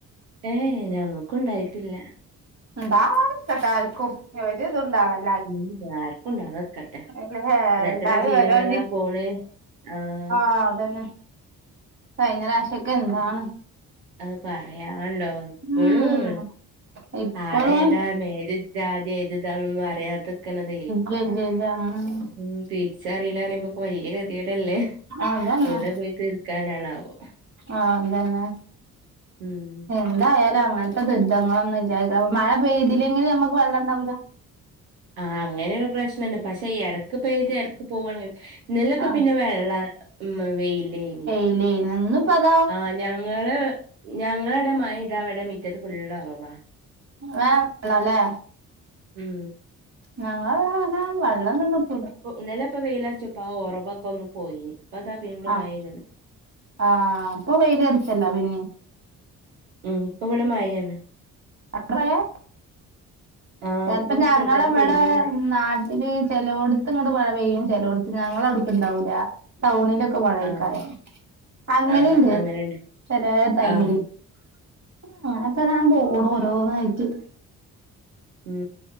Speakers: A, on the right; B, on the right.
A: ഏ ഏ ഞങ്ങക്കുണ്ടായിട്ടില്ലാ
B: <unintelligible> ഒരിതും ഉണ്ടാവാൻ.
A: ഉം ആർക്ക് ഉണ്ടാ അത് വെക്ക
B: അല്ലേ
A: എത്ര എത്ര
B: എല്ലാരും
A: ജീവനളാ
B: ഓരോ
A: പോണ് ആഹ്
B: ആ അതന്നെ കഴിഞ്ഞ പ്രാവശ്യ ഒക്കെ എന്താണ്.
A: അത് പറയാണ്ടോ എപ്പഴും
B: ഉം ഇപ്പളും
A: ആളേതാ മേര് ജാതി എഴുതാനൊന്നും അറിയാതിക്കണതേ
B: ഇല്ലില്ലാ <unintelligible>
A: ഉം തിരിച്ചറിയില്ല അറിയുമ്പോ പൊയ്‌കെ ടല്ലേ
B: അതന്നെ
A: പുഴെ പോയി ഇരിക്കാനാണാവോ
B: ആഹ് അതന്നെ
A: ഉം <inaudible>
B: എന്തായാലും അങ്ങനത്തെ ദുരിതങ്ങളൊന്നും ഇല്ലായിരിക്ക മഴ പെയ്തില്ലെങ്കി നമ്മക്ക് വെള്ളം ഇണ്ടാവൂലാ
A: ആ അങ്ങനെയൊരു പ്രശ്നുണ്ട് പക്ഷെ എടക്ക് പെയ്ത് എടക്ക് പോവാണ് ഇന്നലൊക്കെ
B: ആഹ്
A: പിന്നെ വെള്ള ഉമ്മ വെയ്ലയ്നീ
B: ഇലേ ഇന്ന് പത
A: ആഹ് ഞങ്ങള് ഞങ്ങളവടെ ഇതാവിടെ മിറ്റത് ഫുള്ള് ഉറവാ
B: <inaudible> ള്ളാല്ലേ.
A: ഉം
B: ഞങ്ങളവിടെ അങ്ങനെ വെള്ളം ഒന്നും കിട്ടൂല
A: ഇന്നലെ ഇപ്പ വെയിലടിച്ചപ്പോ ആ ഉറവൊക്കെ ഒന്ന് പോയിനീ ഇപ്പ അതാ വീണ്ടും
B: ആഹ്
A: മഴ പെയുത്ണ്
B: ആഹ് അപ്പൊ വെയില് തെറിച്ചല്ല പിന്നെ
A: ഉം ഇപ്പൊ ഇവിടെ മഴയാണ്
B: മക്കളല്ലേ
A: ആഹ്.
B: ചെലപ്പം
A: ഇപ്പങ്ങനെ
B: ഞങ്ങള്
A: ചെറുതായിട്ട്
B: ഇവിടെ
A: പെയ്യ്ണ്ട്.
B: ഉം. നാട്ടിൽ ചെലോടത്ത് ഇങ്ങട്ട് മഴ പെയ്യും ചെലോടത്ത് ഞങ്ങളെ അവിടുക്കെ ഇണ്ടാവൂല ടൗണിലൊക്കെ മഴേക്കാരം
A: ആഹ്.
B: അങ്ങനെണ്ട്
A: ആഹ്. അങ്ങനെണ്ട്.
B: ചെലേ ടൈമില്
A: ആഹ്.
B: <unintelligible> ഓരോന്നായിട്ട്.
A: ഉം